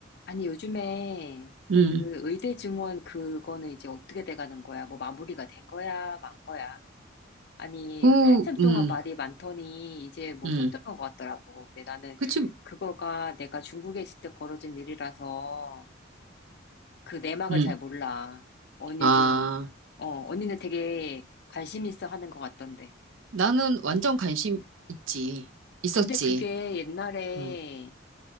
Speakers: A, on the left; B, on the right.
A: 아니, 요즘에
B: 음,
A: 그 의대 증원 그거는 이제 어떻게 돼 가는 거야? 뭐 마무리가 된 거야? 만 거야? 아니,
B: 그,
A: 한참 동안
B: 음,
A: 말이 많더니 이제 뭐
B: 음,
A: 쏙 들어간 것 같더라고. 근데 나는
B: 그치,
A: 그거가 내가 중국에 있을 때 벌어진 일이라서 그 내막을
B: 음,
A: 잘 몰라. 언니
B: 아,
A: 좀, 어, 언니는 되게 관심 있어 하는 것 같던데.
B: 나는 완전 관심 있지, 있었지,
A: 근데 그게 옛날에
B: 음,